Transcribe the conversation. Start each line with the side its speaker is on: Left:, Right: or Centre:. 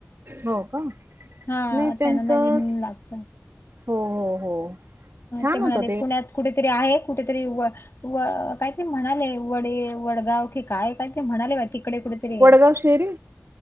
Right: हो का.
Left: हा
Right: नाही त्यांचं
Left: त्यांना नवीन लागत.
Right: हो हो हो. छान
Left: ते म्हणाले
Right: होतं
Left: पुण्यात कुठेतरी आहे कुठेतरी व व काहीतरी म्हणाले वडे वडगाव की काय काय ते म्हणाले बाई तिकडे कुठेतरी
Right: वडगाव शेरी?